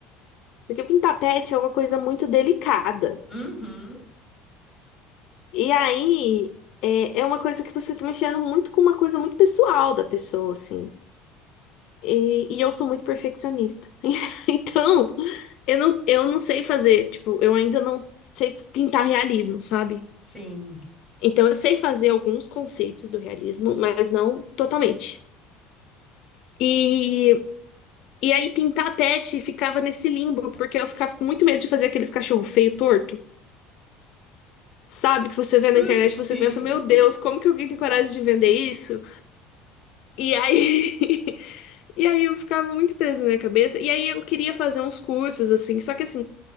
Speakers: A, on the left (about 65°); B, in the centre.
A: Porque pintar pet é uma coisa muito delicada.
B: Uhum.
A: E aí é, é uma coisa que você tá mexendo muito com uma coisa muito pessoal da pessoa, assim. E, e eu sou muito perfeccionista. <laughs> Então, eu não, eu não sei fazer, tipo, eu ainda não sei pintar realismo, sabe?
B: Sim.
A: Então, eu sei fazer alguns conceitos do realismo, mas não totalmente. E, e aí, pintar pet ficava nesse limbo, porque eu ficava com muito medo de fazer aqueles cachorro feio, torto. Sabe, que você vê
B: <laughs>
A: na internet,
B: Sim.
A: e você pensa, meu Deus, como que alguém tem coragem de vender isso? E aí, <laughs> e aí eu ficava muito preso na minha cabeça. E aí eu queria fazer uns cursos, assim, só que assim,